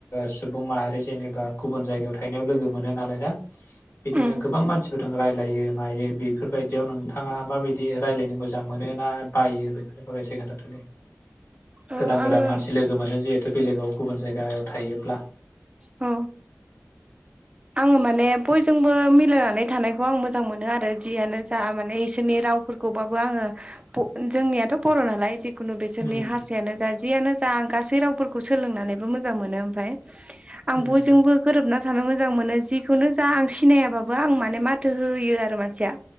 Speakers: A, on the left; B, on the right.
A: सुबुं माहारि जेनेबा गुबुन जायगायाव थाहैनायाव लोगो मोनो नालाय ना बिदिनो
B: उम
A: गोबां मानसिफोर थ रायजलायो मायो बेफोरबायदियाव नोंथाङा माबायदि रायजलायनो मोजां मोनो ना बायो बेफोरनि बायसै खोन्थाथ' दे
B: औ
A: गोदान गोदान
B: आङो
A: मानसि लोगो मोनो जेरे बेलेगाव गुबुन जायगायाव थायोब्ला
B: अ आङो माने बयजोंबो मिलायनानै थानायखौ आं मोजां मोनो आरो जियानो जा माने नि रावफोरखौबाबो आङो जोंनियाथ' बर' नालाय खुनु बेसोरनि
A: उम
B: हारसायानो जे जा बियानो जा आं गासै रावफोरखौ सोलोंनानैबो मोजां मोनो ओमफाय आं
A: उम
B: बयजोंबो गोरोबना थानो मोजां मोनो जिखुननो जा आं सिनायाबाबो आं माने माथो होयो आरो मानसिया